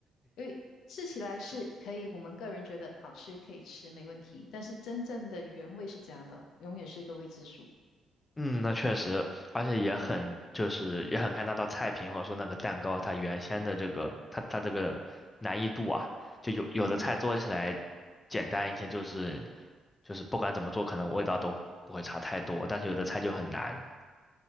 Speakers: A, on the left; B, on the left.
A: 因为吃起来是可以，我们个人觉得好吃，可以吃，没问题，但是真正的原味是怎样的，永远是一个未知数。
B: 嗯，那确实，而且也很就是也很看那道菜品或者说那个蛋糕它原先的这个它它这个难易度啊，就有有的菜做起来简单一些，
A: 嗯。
B: 就是就是不管怎么做，可能味道都不会差太多，但是有的菜就很难。